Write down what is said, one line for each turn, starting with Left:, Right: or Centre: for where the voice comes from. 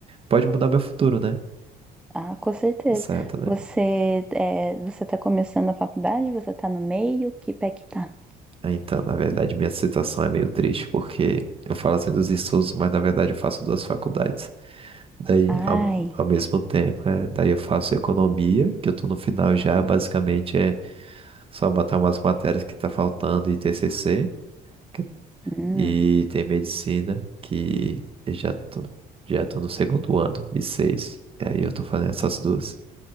Right: pode mudar meu futuro, né?
Centre: Ah, com certeza.
Right: Certo, né?
Centre: Você é, você está começando a faculdade? Você está no meio? Que pé que tá?
Right: Ah, Então, na verdade, minha situação é meio triste, porque eu falo assim dos estudos, mas na verdade eu faço duas faculdades. Daí,
Centre: Ai,
Right: ao, ao mesmo tempo, é, daí eu faço economia, que eu tô no final já, basicamente é só botar umas matérias que tá faltando e TCC, que-
Centre: hum.
Right: e tem medicina, que eu já tô, já tô no segundo ano, e seis. E aí eu tô fazendo essas duas.